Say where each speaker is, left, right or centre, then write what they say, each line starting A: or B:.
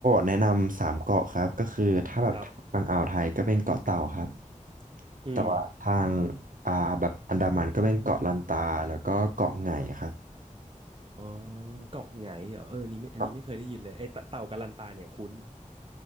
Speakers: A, on the right (about 80°); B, on the right (about 40°).
A: แนะนำสามเกาะครับก็คือถ้าแบบฝั่งอ่าวไทยก็เป็นเกาะเต่าครับ
B: ครับอืม
A: แต่ว่าทางอ่าแบบอันดามันก็เป็นเกาะลันตาแล้วก็เกาะไหงครับ
B: อ๋อเกาะไหงเหรอเออนี่ไม่อันนี้ไม่เคยได้ยินเลยไอ้เตเต่ากัลลันตาเนี่ยคุ้น
A: ครับ